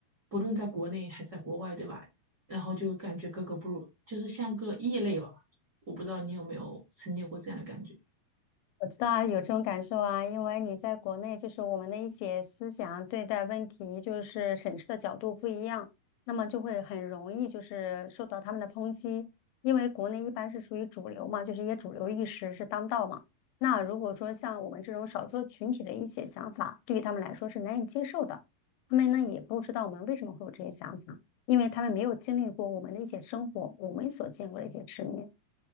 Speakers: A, on the right; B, on the left.
A: 不论在国内还是在国外，对吧？然后就感觉格格不入，就是像个异类吧。我不知道你有没有曾经有过这样的感觉。
B: 我知道啊有这种感受啊，因为你在国内，就是我们的一些思想对待问题，就是审视的角度不一样，那么就会很容易就是受到他们的抨击。因为国内一般是属于主流嘛，就是一些主流意识是当道嘛。那如果说像我们这种少数群体的一些想法，对于他们来说是难以接受的，他们呢也不知道我们为什么会有这些想法，因为他们没有经历过我们的一些生活，我们所见过的一些世面。